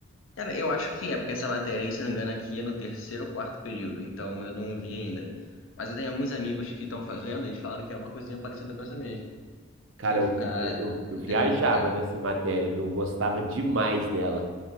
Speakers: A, on the left; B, on the right.
A: Cara, eu acho que é, porque essa matéria aí, se eu não me engano, aqui é no terceiro ou quarto período, então eu não vi ainda. Mas eu tenho alguns amigos que estão fazendo e eles falam que é uma coisinha parecida com essa mesmo.
B: Cara,
A: Sem
B: eu,
A: ficar
B: eu, eu- eu viajava
A: dando.
B: nessa matéria, viu? Eu gostava demais dela,